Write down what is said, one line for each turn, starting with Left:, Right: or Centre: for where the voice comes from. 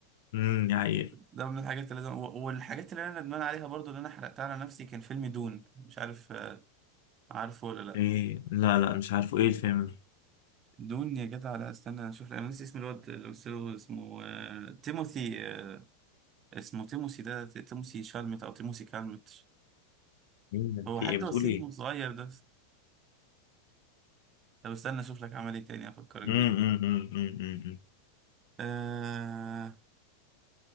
Left: امم دي حقيقه
Right: ده من الحاجات اللي لازم و- والحاجات اللي انا ندمان عليها برضو اللي انا حرقتها على نفسي كان فيلم دون مش عارف آه، عارفه ولا لا
Left: ايه لا لا مش عارفه ايه الفيلم ده؟
Right: دون يا جدع لا استنى انا اشوف انا نسي اسم الواد اللي قلت له اسمه آه، تيموثي آه، اسمه تيموثي ده ت- تيموثي شالمت او تيموثي كالمت
Left: مين ده؟
Right: هو
Left: في
Right: حد
Left: ايه بتقول
Right: وسيم
Left: ايه
Right: صغير ده طب استنى اشوف لك عمل ايه تاني افكرك
Left: امم
Right: بيه
Left: امم امم امم أمم.
Right: آه